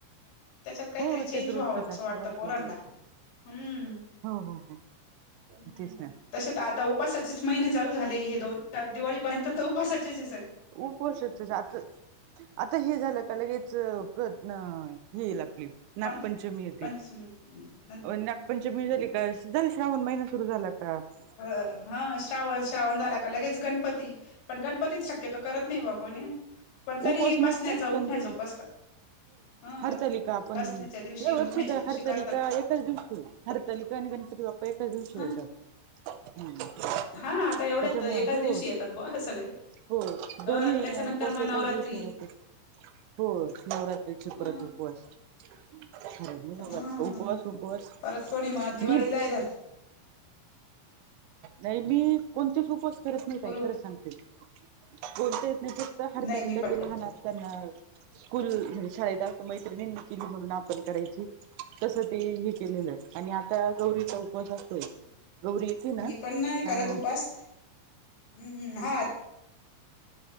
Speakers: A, on the left (about 85°); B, on the right (about 80°).
A: त्याच्यात काहीतरी
B: हो
A: चेंज
B: ते तर रोजचच
A: व्हावं
B: असतं
A: असं वाटतं
B: हो आपलं
A: पोरांना,
B: ते
A: हम्म.
B: हो हो हो
A: हम्म
B: तेच ना.
A: तसे आता उपासाचेच महिने चालू झाले हे दोन चार दिवाळीपर्यंत तर उपासाचेच हे सग
B: उपवासच. तो जात. आता हे झालं का लगेच अ प्रतण येईल आता. नागपंचमी
A: पं
B: येते.
A: पंचमी न
B: नागपंचमी झाली का? झाला श्रावण महिना सुरु झाला. ॲप्स
A: ह, हं श्रावण. श्रावण झाला का लगेच गणपती, पण गणपतीत शक्यतो करत नाही बा कोणी. पण तरी
B: उपास नसतोय,
A: बसण्याचा उठण्याचा
B: पण ते
A: उपास हा
B: हरतालीका पण
A: बसण्याच्या दिवशी
B: या
A: आणि
B: वर्षी
A: उठण्याच्या
B: तर
A: दिवशी
B: हरतालीका?
A: करतात
B: एकाच दिवशी आहे. हरतालिका आणि गणपती बाप्पा एकाच दिवशी
A: ह
B: येतात. ह
A: हा आता एवढ्यात
B: त्याच्यामुळ
A: एकाच
B: हो.
A: दिवशी येतात ब सगळे
B: हो
A: अ
B: दोन्ही
A: त्याच्यानंतर
B: उपवास
A: मग नवरात्री
B: एकाच दिवशीवर येतात. हो नवरात्रीचे
A: अ
B: परत उपवास. होय म
A: हा
B: उपवास उपवास.
A: परत कोणी मग दिवाळीला
B: मी
A: येधरत.
B: नाही मी कोणतेच उपवास करत
A: भरपूर
B: नाही ताई, खरं सांगते. बोलता येत नाही फक्त हरतालिका
A: नाही मी पण
B: तेन म्हणा. त्यांना स्कूल म्हणजे शाळेेत दाखव मैत्रिणींना केली म्हणून आपण करायची. तस ते हे केलेलं आहे आणि आता गौरीचा उपवास असतोय. गौरी. येते ना
A: मी पण नाही
B: हा
A: करत उपास, हम हम्म हा.